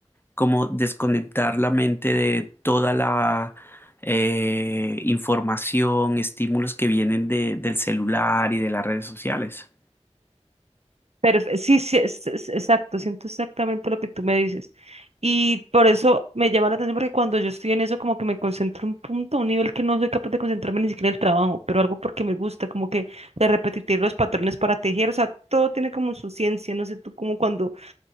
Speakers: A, on the left; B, on the right.
A: como desconectar la mente de toda la eh, información, estímulos que vienen de- del celular y de las redes sociales.
B: Perfe- sí, sí, es- es- exacto, siento exactamente lo que tú me dices. Y por eso me llama la atención porque cuando yo estoy en eso como que me concentro un punto, a un nivel que no soy capaz de concentrarme ni siquiera en el trabajo, pero algo porque me gusta, como que de repetir los patrones para tejer, o sea, todo tiene como su ciencia, no sé tú como cuando